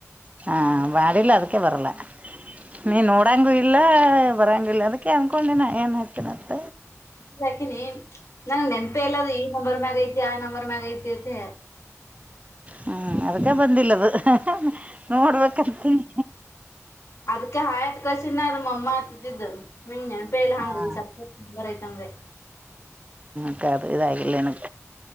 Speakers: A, on the right (about 25°); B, on the left (about 60°).
A: ಹಾ ಮಾಡಿಲ್ಲ ಅದಿಕ್ಕೆ ಬರಲ್ಲ ನೀ ನೋಡಂಗೂ ಇಲ್ಲ ಬರಂಗ ಇಲ್ಲ ಅದಕ್ಕೆ ಅನ್ಕೊಂಡಿನ ಏನ್ ಹೇಳ್ತಿರಂತ
B: ಹಾಕಿನಿ ನಂ ನೆನ್ಪೆ ಇಲ್ಲದು ಈ ನಂಬರ್ ಮ್ಯಾಗ ಐತಿ ಆ ನಂಬರ್ ಮ್ಯಾಗ ಐತಿತೆ
A: ಹ್ಮ್ ಅದಗ ಬಂದಿಲ್ಲದು ನೋಡ್ಬೇಕಂತನಿ
B: ಅದಕ್ಕೆ ಹಾಯ್ತ್ ಕಸಿನ ಮ ಅಮ್ಮ ಅತಿದ್ದಿದ್ದ ಹ್ಮ್ ನೆನಪೆ ಇಲ್ಲ ಹಂಗ
A: ಹ
B: ಸಂಬರಐತ ಅಂದ್ರೆ
A: ದು ಇದಾಗಿಲ್ಲ ನಿನಗ